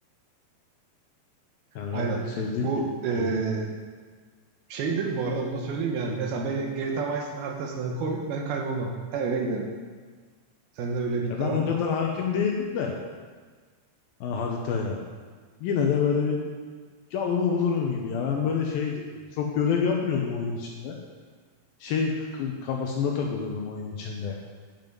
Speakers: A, on the left; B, on the right.
A: Yani
B: Aynen.
A: ben sevdiğim
B: Bu
A: bir
B: e,
A: oyun. yani.
B: şeydir bu arada onu da söyleyeyim yani. Mesela beni GTA Vice City'nin haritasına koy ben kaybolmam. Her yere giderim. Sende öyle bir
A: E
B: iddia
A: ben
B: var
A: o
B: mı?
A: kadar hakim değilim de ha, haritaya. Yine de böyle bir yolumu bulurum gibi ya. Ben böyle şeydim böyle. Çok görev yapmıyordum oyun içinde. Şey k- kafasında takılıyordum oyun içinde.